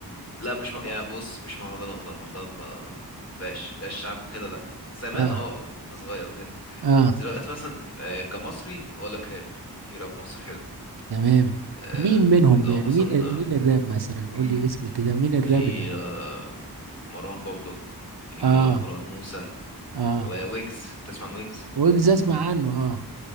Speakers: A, on the left; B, on the right.
A: لا مش م... يعني بص مش مهرجانات لا مهرجانات ما بحبهاش لا الشعب كده لا زمان
B: اه
A: اه لما كنت صغير وكده
B: اه
A: دلوقتي مثلا آه كمصري اقول لك راب في راب مصري حلو
B: تمام
A: آه،
B: مين منهم
A: لو
B: يعني
A: مثلا
B: مين
A: آه،
B: مين الراب مثلا
A: مم،
B: قول لي اسم كده مين الراب
A: في
B: اللي
A: آه، مروان بابلو في
B: اه
A: مروان موسى
B: اه
A: وويجز تسمع عن ويجز
B: ويجز اسمع عنه اه